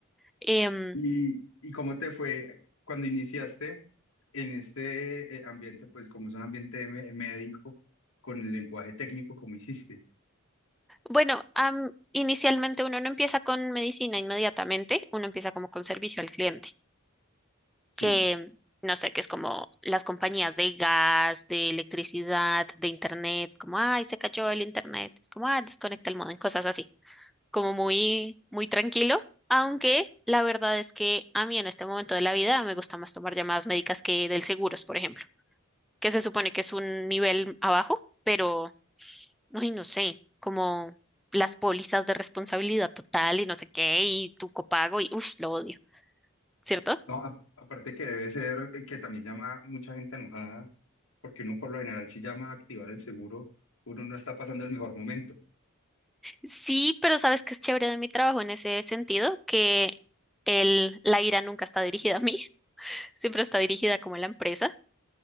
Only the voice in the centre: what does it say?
Em,
bueno, am, inicialmente uno no empieza con medicina inmediatamente, uno empieza como con servicio al cliente.
que, no sé, que es como las compañías de gas, de electricidad, de internet, como, ay, se cayó el internet, es como, ah, desconecta el modem, cosas así, como muy, muy tranquilo, aunque la verdad es que a mí en este momento de la vida me gusta más tomar llamadas médicas que del seguros, por ejemplo, que se supone que es un nivel abajo, pero, ay, no sé, como las pólizas de responsabilidad total y no sé qué, y tu copago, y, uff, lo odio, ¿cierto?
Sí, pero sabes que es chévere de mi trabajo en ese sentido, que el, la ira nunca está dirigida a mí, <laughs> siempre está dirigida como a la empresa.